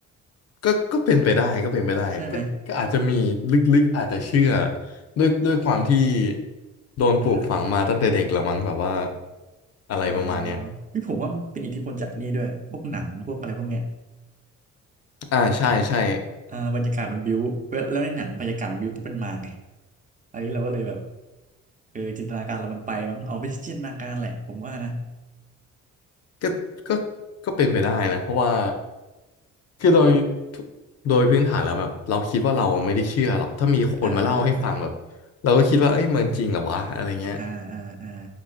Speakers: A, on the left; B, on the right.
A: ก็ก็เป็นไปได้ ก็เป็นไปได้ก็ก็อาจจะมีลึกๆอาจจะเชื่อ
B: ใช่ไหม
A: ด้วยด้วยความที่โดนปลูกฝังมาตั้งแต่เด็กละมั้งแบบว่า
B: อ่าฮะ
A: อะไรประมาณเนี้ย
B: อ่าพี่ผมว่ามันเป็นอิทธิพลจากนี่ด้วย พวกหนัง พวกอะไรพวกเนี้ย
A: อ่าใช่ใช่
B: อ่าบรรยากาศมันบิ้วแล้วในหนังบรรยากาศมันบิ้วปุ๊บเป็นมาไงอันนี้เราก็เลยแบบเออจินตนาการเรามันไปมั้งอ๋อไม่ใช่จินตนาการแหละผมว่านะ
A: ก็ก็ก็เป็นไปได้นะเพราะว่าคือโดยทุโดยพื้นฐานแล้วแบบเราคิดว่าเราไม่ได้เชื่อหรอกถ้ามีคนมาเล่าให้ฟังแบบเราก็คิดว่าเอ้ยมันจริงเหรอวะอะไรเงี้ย
B: อ่าอ่าอ่าอ่าอ่าอ่า